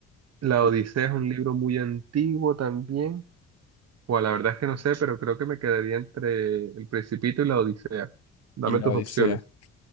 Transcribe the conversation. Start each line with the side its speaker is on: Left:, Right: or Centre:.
Right: La
Left: Y,
Right: Odisea es un libro muy antiguo también. Bueno, la verdad es que no sé, pero creo que me quedaría entre El Principito y La Odisea. Dame
Left: y la
Right: tus
Left: Odisea.
Right: opciones.